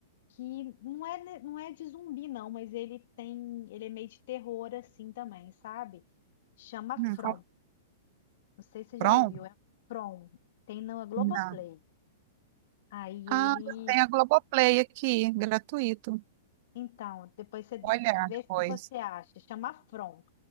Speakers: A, on the left; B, on the right.
A: que não é, ne- não é de zumbi, não, mas ele tem, ele é meio de terror, assim também, sabe? Chama
B: Hum,
A: From.
B: qual-
A: Não sei se você já
B: Pronto?
A: ouviu. É From. Tem na Globoplay.
B: Não.
A: Aí
B: Ah,
A: ele.
B: eu tenho a Globoplay aqui, gratuito.
A: Então, depois você
B: Olha,
A: vê se
B: pois.
A: você acha. Chama From.